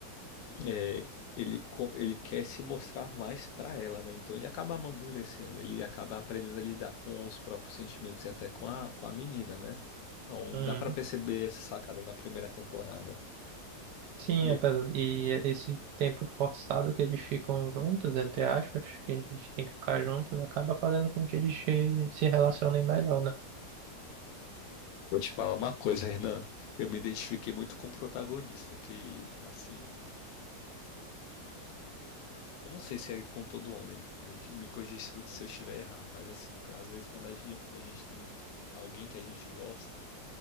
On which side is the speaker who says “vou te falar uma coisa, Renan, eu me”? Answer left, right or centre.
Left